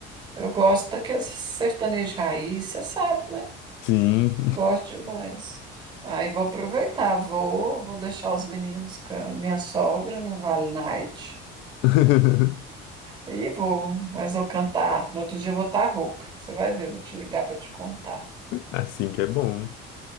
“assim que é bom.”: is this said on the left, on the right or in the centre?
Left